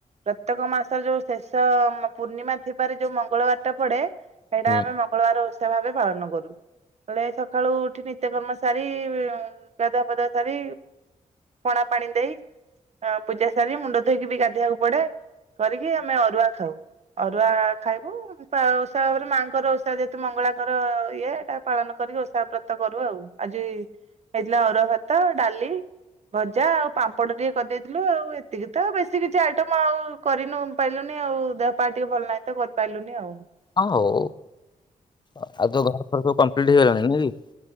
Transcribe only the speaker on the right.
ପ୍ରତ୍ୟେକ ମାସର ଯୋଉ ଶେଷ ପୂର୍ଣ୍ଣିମା ଥିବାରେ ଯୋଉ ମଙ୍ଗଳବାର ଟା ପଡେ ସେଇଟା
ଆମେ ମଙ୍ଗଳବାର ଓ ଭାବେ <inaudible> ପାଳନ କରୁ ହେଲେ ସକାଳୁ ଉଠି ନିତ୍ୟକର୍ମ ସାରି ଗାଧୁଆ ପାଧୁଆ ସାରି ପଣା ପାଣି ଦେଇ ପୂଜା ସାରି ମୁଣ୍ଡ ଧୋଇକି ବି ଗାଧେଇବାକୁ ପଡେ କରିକି ଆମେ ଅରୁଆ ଖାଉ ଅରୁଆ ଖାଇବୁ ଓଷା ଭାବରେ ମାଙ୍କର ଓଷା ଯେହେତୁ ମଙ୍ଗଳାଙ୍କର ଇଏଟା ପାଳନ କରିକି ଓଷା ବ୍ରତ କରୁ ଆଉ। ଆଜି ହେଇଥିଲା ଅରୁଆ ଭାତ, ଡାଲି, ଭଜା ଆଉ ପାମ୍ପଡ଼ ଟିକେ କରିଦେଇଥିଲୁ ଆଉ ଏତିକି ତ ବେଶୀ କିଛି ଆଇଟମ ଆଉ କରିନୁ ପାରିଲୁନି ଆଉ ଦେହ ପାଆ ଟିକେ ଭଲ ନାହିଁ ତ କରିପାରିଲୁନି ଆଉ।